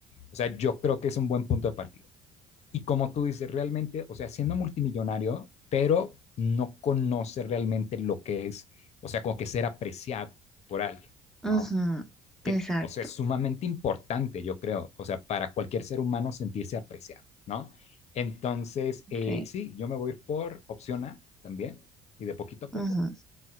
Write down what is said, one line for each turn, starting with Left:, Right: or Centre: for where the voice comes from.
Left: o sea, yo creo que es un buen punto de partida. Y como tú dices, realmente, o sea, siendo multimillonario, pero no conoce realmente lo que es, o sea, como que ser apreciado por alguien,
Centre: ujú,
Left: ¿no? que,
Centre: exacto.
Left: o sea, es sumamente importante, yo creo, o sea, para cualquier ser humano sentirse apreciado, ¿no? Entonces, eh,
Centre: Sí.
Left: sí, yo me voy a ir por opción A también, y de poquito a poco.
Centre: ujú,